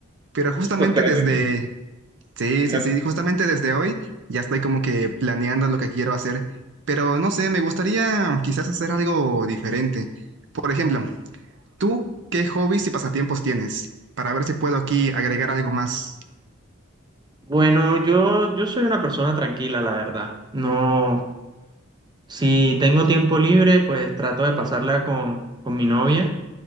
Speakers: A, on the right; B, on the right.
A: Pero justamente
B: yo creo
A: desde,
B: que...
A: Sí,
B: creo-
A: sí, sí, justamente desde hoy ya estoy como que planeando lo que quiero hacer, pero no sé, me gustaría quizás hacer algo diferente. Por ejemplo, ¿tú qué hobbies y pasatiempos tienes? Para ver si puedo aquí agregar algo más.
B: Bueno, yo, yo soy una persona tranquila, la verdad. No, si tengo tiempo libre, pues trato de pasarla con, con mi novia.